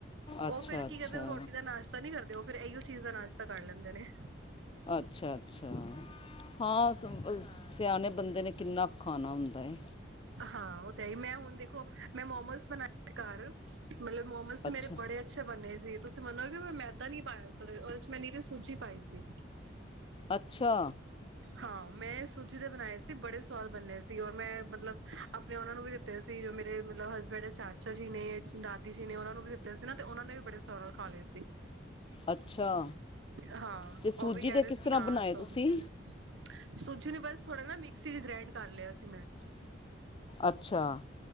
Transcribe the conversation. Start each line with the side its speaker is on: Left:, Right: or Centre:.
Left: ਅੱਛਾ
Right: ਓ ਫਿਰ
Left: ਅੱਛਾ
Right: ਕੀ ਕਰਦੇ ਨੇ ਰੋਟੀ ਦਾ ਨਾਸ਼ਤਾ ਨੀ ਕਰਦੇ ਓ ਫਿਰ ਏਇਓ ਚੀਜ਼ ਦਾ ਨਾਸ਼ਤਾ ਕਰ ਲੈਂਦੇ ਨੇ।
Left: ਅੱਛਾ-ਅੱਛਾ ਹਾਂ ਓ ਸਿੰਪਲ ਸਿਆਣੇ ਬੰਦੇ ਨੇ ਕਿੰਨਾ ਕੁ ਖਾਣਾ ਹੁੰਦਾ ਏ।
Right: ਹਾਂ ਓ ਤੇ ਨਈ ਮੈਂ ਹੁਣ ਦੇਖੋ ਮੈਂ ਮੋਮਸ ਬਣਾਏ ਸੀ ਘਰ ਮਤਲਬ ਮੋਮਸ
Left: ਅੱਛਾ
Right: ਮੇਰੇ ਬੜੇ ਅ ਅੱਛੇ ਬੰਨੇ ਸੀ ਤੁਸੀਂ ਮੰਨੋਗੇ ਮੈਂ ਮੈਦਾ ਨੀ ਪਾਯਾ ਸੀ ਓ ਦੇ ਚ ਓਦੇ ਮੈ ਨੀਰੀ ਸੂਜੀ ਪਾਈ ਸੀ।
Left: ਅੱਛਾ
Right: ਹਾਂ ਮੈਂ ਸੂਜੀ ਦੇ ਬਣਾਏ ਸੀ ਬੜੇ ਸ ਸਵਾਦ ਬੰਨੇ ਸੀ ਔਰ ਮੈਂ ਮਤਲਬ ਅਪਣੇ ਓਨਾਂ ਨੂੰ ਵੀ ਦਿੱਤੇ ਸੀ ਜੋ ਮੇਰੇ ਮਤਲਬ ਹਸਬੈਂਡ ਦੇ ਚਾ ਚਾ ਜੀ ਨੇ, ਦਾਦੀ ਜੀ ਨੇ ਓਨਾਂ ਨੂੰ ਵੀ ਦਿੱਤੇ ਸੀ ਨਾ ਤੇ ਓਨਾਂ ਨੇ ਵੀ ਬੜੇ ਸਵਾਦ ਨਾ ਖਾ ਲਏ ਸੀ।
Left: ਅੱਛਾ!
Right: ਹਾਂ
Left: ਤੇ ਸੂਜੀ
Right: ਓ ਵੀ ਕੈ
Left: ਦੇ
Right: ਰੇ
Left: ਕਿਸ
Right: ਸੀ
Left: ਤਰ੍ਹਾਂ
Right: ਹਾਂ
Left: ਬਣਾਏ
Right: ਸਵ-
Left: ਤੁਸੀਂ
Right: ਸੂਜੀ ਨੂੰ ਬਸ ਥੋੜਾ ਨਾ ਮਿਕਸੀ ਚ ਗ੍ਰੈਂਡ ਕਰ ਲਯਾ ਸੀ ਮੈਂ
Left: ਅੱਛਾ।